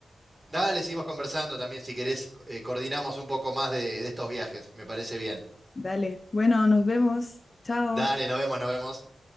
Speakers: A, on the right (about 20°); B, on the left (about 30°).
A: Dale, seguimos conversando también, si querés, eh, coordinamos un poco más de, de estos viajes, me parece bien.
B: Dale, bueno, nos vemos. Chao.
A: Dale, nos vemos, nos vemos.